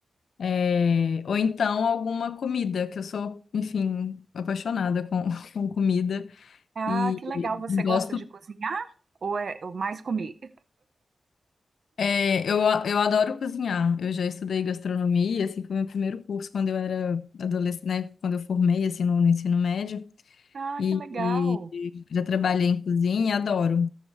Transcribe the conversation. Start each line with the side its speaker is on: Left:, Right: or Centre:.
Left: É, ou então alguma comida, que eu sou, enfim, apaixonada com, <laughs> com comida
Right: Ah,
Left: e
Right: que legal. Você
Left: gosto.
Right: gosta de cozinhar ou é ou mais comer?
Left: é, eu, eu adoro cozinhar. Eu já estudei gastronomia, assim, foi o meu primeiro curso quando eu era adolescente, né? Quando eu formei, assim, no, no ensino médio.
Right: Ah,
Left: E,
Right: que legal.
Left: e já trabalhei em cozinha, adoro.